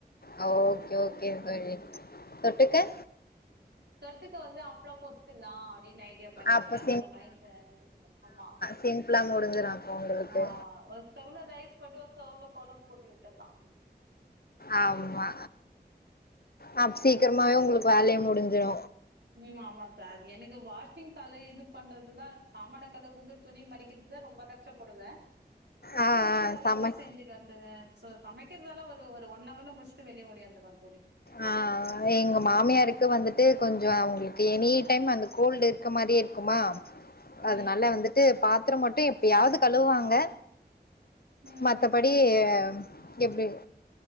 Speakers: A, on the left; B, on the right.
A: ஆ ஓகே ஓகே
B: ம்
A: தோழி தொட்டுக்க
B: தொட்டுக்க வந்து அப்ளோ பொற்சிர்லா அப்டினு ஐடியா பண்ணிருக்கே
A: அப்ப
B: அந்த மைண்டு ஆமா
A: சிம்புலா முடிஞ்சிரு உங்களுக்கு
B: ஆ ஒரு ஸ்டவ்ள ரைஸ் போட்டு ஒரு ஸ்டவ்ள கொழம்பு கூட்டி வுட்டுலா
A: ஆமா அ சீக்கிரமாவே உங்களுக்கு வேலையு முடிஞ்சிடு
B: ம் ஆமா சார் எனக்கு வாஷிங் டலை இது பண்றது தா சாமான கலுவுரது துணி மடிக்கிற்து தா ரொம்ப கஷ்டப்புடுவே மத்த
A: ஆ ஆ
B: மேல்வேலல்லா
A: சமை
B: செஞ்சிடு வந்த சோ சமைக்கிறதல்லா ஒரு ஒரு ஒன் ஹவர்ல முடிச்சுட்டு வெளிய ஒடியாந்துருவே தோழி
A: ஆ எங்க மாமியாருக்கு
B: ம்
A: வந்துட் டு கொஞ்சோ அவுங்களுக்கு எனி டைம் அந்த கோல்ட் இருக்க மாறியே இருக்குமா அதுனால
B: ம்
A: வந்து ட்டு பாத்திரம் மட்டு எப்பயாது கழுவாங்க
B: ம்
A: மத்தபடி அப்டியே எப்டி